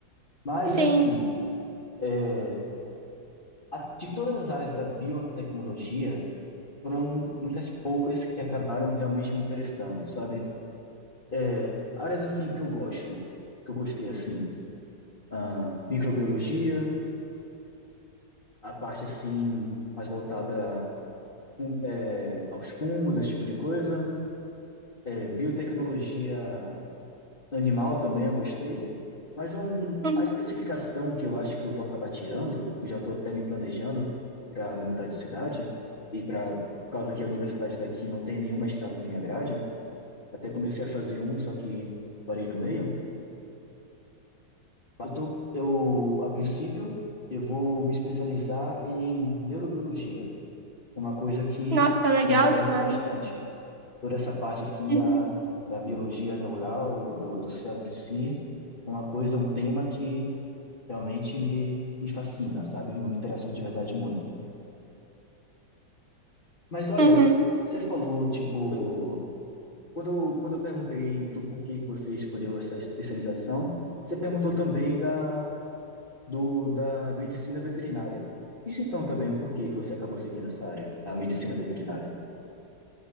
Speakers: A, on the left; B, on the right.
A: Mas,
B: sim.
A: assim, é, a- de todas as áreas da biotecnologia, foram muitas poucas que acabaram realmente me interessando, sabe? É, áreas assim que eu gosto, que eu gostei assim, ah, microbiologia, a parte assim mais voltada fun- é, aos fungos, esse tipo de coisa, É, biotecnologia animal também eu gostei, mas um,
B: Uhum.
A: a especificação que eu acho que eu vou acabar tirando, eu já estou até me planejando para me mudar de cidade e para por causa que a universidade daqui não tem nenhum mestrado que me agrade, até comecei a fazer um, só que parei no meio Eu tô, eu, a princípio, eu vou me especializar em neurobiologia, uma coisa que
B: Nossa, tá legal
A: me interessa
B: demais.
A: bastante. Toda essa parte assim
B: Uhum.
A: da, da biologia neural, do, do cérebro em si, é uma coisa, um tema que realmente me, me fascina, sabe? Não me interessa de verdade muito. Mas olha,
B: Uhum.
A: você falou, tipo, quando eu, quando eu perguntei do porquê que você escolheu essa especialização, você perguntou também da do, da medicina veterinária. Diz então também o porquê que você acabou seguindo essa área, a medicina veterinária.